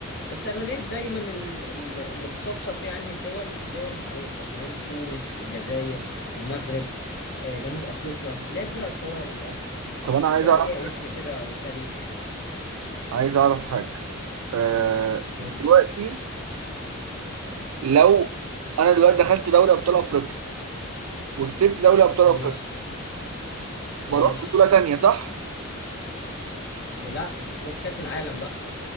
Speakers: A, on the left; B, on the right.
A: بس أغلبية دايما ال- ال- اللي بتصفصف يعني الدول دول معروفة فاهم تونس الجزائر المغرب آه، جنوب أفريقيا اللي هي الفرق القوية من الآخر
B: طب انا عايز
A: فرق
B: اعرف
A: ليها اسم كده وتاريخ
B: عايز اعرف حاجه أه
A: قول
B: دلوقتي
A: لي
B: لو انا دلوقتي دخلت دوري ابطال افريقيا وكسبت دوري ابطال
A: ماشي
B: افريقيا بروح
A: ماشي
B: بطوله تانية صح
A: لا بتروح كأس العالم بقى